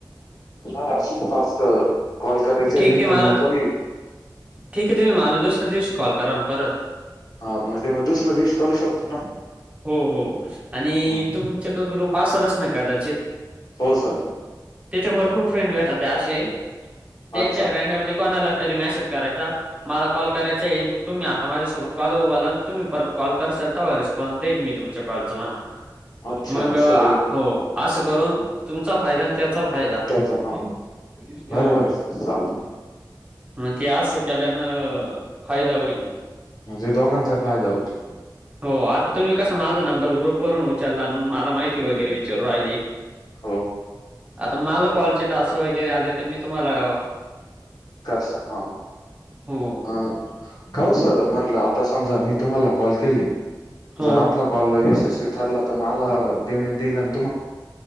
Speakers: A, on the left; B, on the right.
A: हा अजून टास्क कॉल करायचे
B: ठीक
A: आहे पण
B: मला
A: मग कोणी
B: त ठीक आहे तुम्ही मला दुसऱ्या दिवशी कॉल करा ना परत.
A: हा म्हणजे मग दुसऱ्या दिवशी करू शकतो ना.
B: हो हो आणि
A: हा.
B: तुमच्याकडं ग्रुप असलचं ना कदाचित.
A: हो सर
B: त्याचे भरपूर फ्रेंड भेटताते असे त्यांच्या
A: अच्छा
B: रँडमली कोणाला तरी मेसेज करायचा मला कॉल करायचा तुम्ही आता माझ्यासोबत कॉलवर बोलाल? तुम्ही परत कॉल करसाल तेव्हा रिस्पाॅन्स देईल मी तुमच्या कॉलचा म्हणा
A: अच्छा
B: मंग
A: असं काही का
B: हो असं करून तुमचा फायदा ना त्यात हो तुमचा फायदा.....
A: त्याचा हा बरोबर
B: हो...
A: आहे चालेल
B: मग ते आस केल्यानं फायदा होईल ना.
A: म्हणजे दोघांचा फायदा होतो.
B: हो आत- तर तुम्ही कसं माझा नंबर ग्रुपवरून उचला आणि मला माहिती
A: हं,
B: वगैरे विचारू राहिले,
A: हो
B: आता माल कॉलचे टास वगैरे आले तर मी तुम्हांला
A: करसा हां...
B: हो.
A: हा काओ सर, म्हणलं आता समजा मी तुम्हाला कॉल केले,
B: ह
A: जर आपला कॉल यशस्वी ठरला तर मला पेमेंट येईल अन्